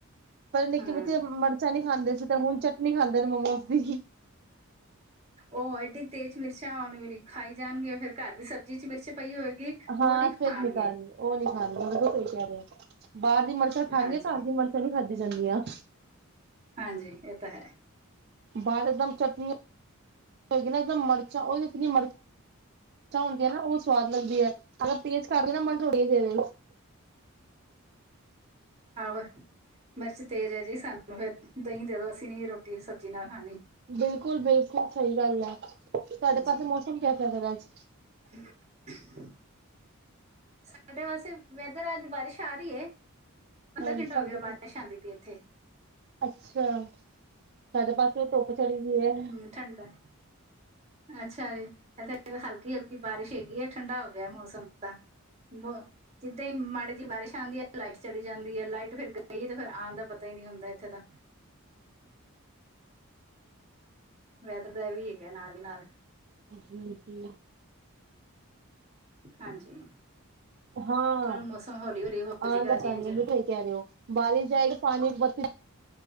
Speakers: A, on the right; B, on the right.
A: ਪਰ ਨਿੱਕੇ
B: ਹੂੰ
A: ਬੱਚੇ ਮਰਚਾਂ ਨਹੀਂੀ ਖਾਂਦੇ ਸੀ ਤੇ ਹੁਣ ਚਟਨੀ ਖਾਂਦੇ ਨੇ ਮੋਮੋਸ ਦੀ
B: ਉਹ ਐਏਡੀ ਤੇਜ਼ ਮਿਰਚ ਆਉਣ ਵਾਲੇਲੀ ਖਾਈ ਜਾਣਗੇ ਫੇਿਰ ਘਰ ਦੀ ਸਬਜ਼ੀ ਚ ਮਿਰਚ ਪਈ ਹੋਏਗੀ
A: ਹਾਂ
B: ਉਹ ਨਹੀਂ
A: ਸਧ
B: ਖਾਣਗੇ
A: ਨਿਕਾਲੀ ਉਹ ਨਹੀਂੀ ਖਾਣਗੇ ਮ ਤੁਹੀ ਕਹਿ ਰਹੇ ਹੋ ਬਾਹਰ ਦੀ ਮਨਸ਼ਾ ਖਾਣਗੇੀਆਂ
B: ਹਾਂਜੀ
A: ਘਰ ਦੀ ਮਰਸ਼ਾ ਨਹੀਂੀ ਖਾਧੀ ਜਾਂਦੀਆਂ
B: ਹਾਂਜੀ ਇਹ ਤਾਂ ਹੈ
A: ਬਾਾਲ ਇਕਦਮ ਚਟਨੀ ਹੋਏਗੀ ਨਾ ਇੱਕਦਮ ਮਿਰਚਾਂ ਈਨੀ ਮਿਰਚ ਹੁੰਦੀਆਂ ਨਾ ਉਹ ਸਵਾਦ ਲੱਗਦੀ ਹੈ ਅਗਰ ਤੇਜ ਕਰਦੇ ਨਾ ਮ ੋੜੀ ਦੇ ਦੇ
B: ਆਹੋ ਮਿਰਚ ਤੇਜ਼ ਹੈ ਜੀ ਸਾਨੂੰ ਫਿਰ ਦਹੀਂ ਦੇ ਦੋ ਅਸੀਂ ਨੀ ਰੋਟੀ ਸਬਜ਼ੀ ਨਾਲ ਖਾਣੀ
A: ਬਿਲਕੁਲ ਬਿਲਕੁਲ ਸਹੀ ਗੱਲ ਹੈ ਤੁਹਾਡੇ
B: ਹਾਂਜੀ
A: ਪਾਸੇ ਮੌਸਮ ਕੈਸਾ ਫ ਅੱਜ
B: <inaudible> ਸਾਡੇ ਵਾਸੇ ਵੈਦਰ ਅੱਜ ਬਾਰਿਸ਼ ਆ ਰਹੀ ਹੈ ਅੱਧਾ
A: ਹਾਂਜੀ
B: ਘੰਟਾ
A: ਸਾਡੇ
B: ਹੋ ਗਿਆ
A: ਪਾਸੇ,
B: ਬਾਰਿਸ਼ ਆਉਂਦੀ ਪਈ ਇੱਥੇ
A: ਅੱਛਾ ਸਾਡੇ ਪਾਸੇ ਧੁੱਪ ਚੜੀ ਗਈ ਹੈ
B: ਹੂੰ ਠੰਡਾ ਅੱਛਾ ਜੀ ਇਥ ਹਲਕੀ ਹ ਕਿ ਬਾਰਿਸ਼ ਹੈਗੀ ਆ ਠੰਡਾ ਹੋ ਗਿਆ ਮੌਸਮ ਤਾਂ ਬ ਜਿੱਦਾਂ ਹੀ ਮਾੜੇ ਜਿਹੀ ਬਾਰਿਸ਼ ਆਉਂਦੀ ਹੈ ਲਾਈਟ ਚਲੀ ਜਾਂਦੀ ਹੈ ਲਾਈਟ ਫਿਰ ਗਈ ਤੇ ਫਿਰ ਆਉਣ ਦਾ ਪਤਾ ਹੀ ਨਹੀਂੀ ਹੁੰਦਾ ਇੱਥੇ ਤਾਂ ਵੈਦਰ ਦਾ ਵੀ ਹੈਗਾ ਨਾਲ ਹੀ ਨਾਲ
A: ਜੀ ਜੀ
B: ਹਾਂਜੀ
A: ਹਾਂ
B: ਚਲੋ ਮੌਸਮ ਹੌਲੀ ਹੌਲੀ ਹੋ
A: ਆਉਣ
B: ਜਾਏਗਾ
A: ਦਾ
B: ਚੇਂਜ
A: ਪਣੀੂੰ ਤੁ ਕਹਿ ਦਿਓ ਬਾਰਿਸ਼ ਜਾਏ ਕੇ ਪਾਣੀ ਬੱ